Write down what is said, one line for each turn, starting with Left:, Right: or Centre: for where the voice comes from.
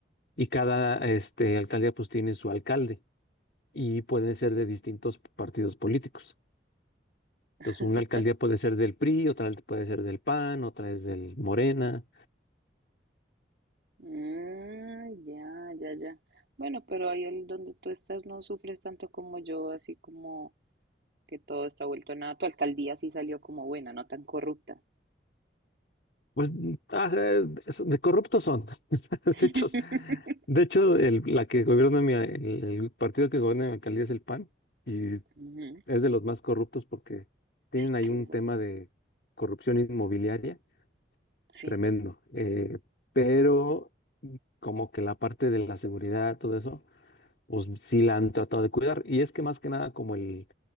Left: y cada este, alcaldía pues tiene su alcalde y pueden ser
Right: Sí.
Left: de distintos partidos políticos. Entonces,
Right: <laughs>
Left: una alcaldía puede ser del PRI, otra al- puede ser del PAN, otra es del Morena.
Right: Ah, ya, ya, ya. Bueno, pero ahí el- donde tú estás no sufres tanto como yo, así como que todo está vuelto a nada. Tu alcaldía sí salió como buena, no tan corrupta.
Left: Pues mm, ah, eh, es- de corruptos son. <laughs> De
Right: <laughs>
Left: hecho, de hecho el- la que gobierna mi, el, el partido que gobierna mi alcaldía es el PAN. y
Right: Ujú.
Left: es de los más corruptos porque tienen
Right: Ay,
Left: ahí
Right: qué
Left: un
Right: desastre.
Left: tema de corrupción inmobiliaria
Right: Sí.
Left: tremendo. Eh, pero como que la parte de la seguridad, todo eso, pues sí la han tratado de cuidar. Y es que más que nada, como el,